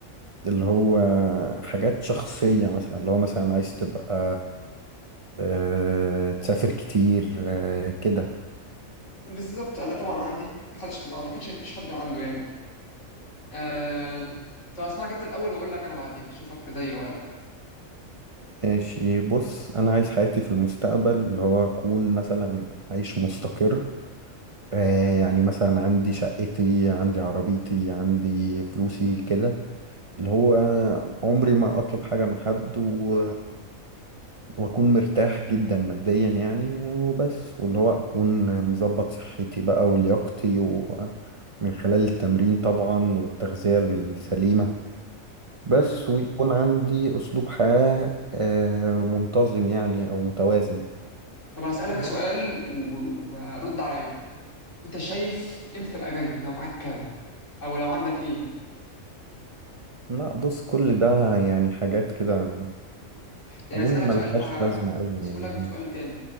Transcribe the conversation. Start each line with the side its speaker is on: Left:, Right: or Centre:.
Right: اللي هو حاجات شخصية مثلا اللي هو مثلا عايز تبقى آه، تسافر كتير آه، كده
Left: بالظبط انا طبعا عندي محدش ما اعتقدش ان مفيش حد عنده يعني آه... طب اسمعك انت الاول واقول لك انا بعديك اشوفك زيي ولا لا
Right: ماشي بص انا عايز حياتي في المستقبل اللي هو اكون مثلا عايش مستقر آه، يعني مثلا عندي شقتي عندي عربيتي عندي فلوسي كده اللي هو عمري ما اطلب حاجة من حد و... واكون مرتاح جدا ماديا يعني وبس واللي هو اكون مظبط صحتي بقى ولياقتي ومن خلال التمرين طبعا والتغذية السليمة بس
Left: مم.
Right: ويكون عندي اسلوب حياة آه، منتظم يعني او متوازن
Left: طب هسالك
Right: ب-
Left: سؤال و- ورد عليا انت شايف امتى تبقى غني لو معاك كام او لو عندك ايه
Right: لا بص كل ده يعني حاجات كده
Left: يعني
Right: اظن
Left: اسالك
Right: ملهاش
Left: سؤال ه-
Right: لازمة قوي
Left: هسألك
Right: يعني
Left: بسؤال تاني